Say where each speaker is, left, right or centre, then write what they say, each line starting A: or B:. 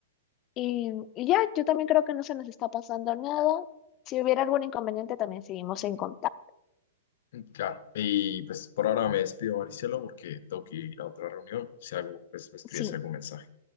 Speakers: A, on the left; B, on the left.
A: Y, y ya, yo también creo que no se nos está pasando nada. Si hubiera algún inconveniente, también seguimos en contacto.
B: Claro, y pues por ahora me despido, Maricelo, porque tengo que ir a otra reunión. Si algo, pues me escribes
A: Sí.
B: algún mensaje.